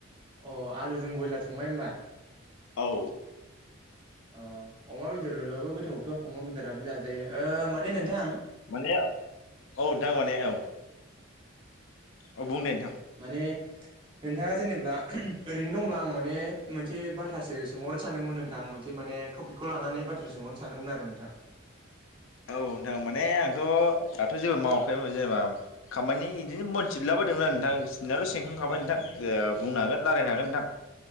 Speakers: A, on the right; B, on the left.
A: अ आलुजों ब्रयलार संबाय होनोमबा
B: औ
A: अ अमा बेदरबाबो गोथावथ अमा बेदराबो जाजायो माने नोंथां
B: माने औ नोंथां माने औ औ बुंदों
A: माने नोंथाङा जेनेब्ला ओरैनो दंब्ला आं माने मोनसे बाथ्रासो सोंहरनो सानदोंमोन नोंथां मोनसे माने टपिकखौ लानानै बाथ्रा सोंहरनो सानदोंमोन आरो नोंथां
B: औ नोंथां माने आंथ दाथ जेबो मावाखै जेनबा खामानि बिदिनो मोनथिला बायदोंमोन आरो नोंथां सगननायाथ सिनखां खाबाय नोंथां बुंनो हागोन राय्लायनो हागोन नोंथां